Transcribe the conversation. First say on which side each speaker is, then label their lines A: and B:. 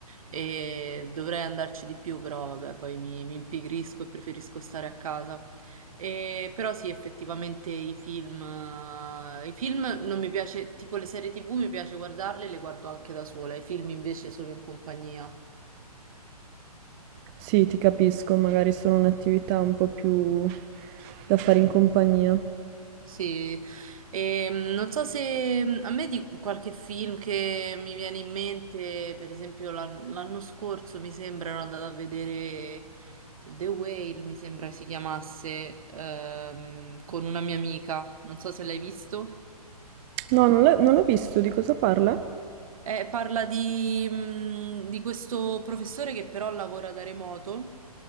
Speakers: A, on the right; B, on the right.
A: e dovrei andarci di più, però vabbè, poi mi, mi impigrisco e preferisco stare a casa. E, però sì, effettivamente i film, eh, i film non mi piace, tipo le serie TV mi piace guardarle, le guardo anche da sola, i film invece sono in compagnia.
B: Sì, ti capisco, magari sono un'attività un po' più da fare in compagnia.
A: Sì, e, mh, non so se mh, a me di qualche film che mi viene in mente, per esempio l'an- l'anno scorso mi sembra ero andata a vedere The Whale, mi sembra si chiamasse, ehm, con una mia amica, non so se l'hai visto.
B: No, non l'ho non l'ho visto, di cosa parla?
A: Eh, parla di, mh, di questo professore che però lavora da remoto,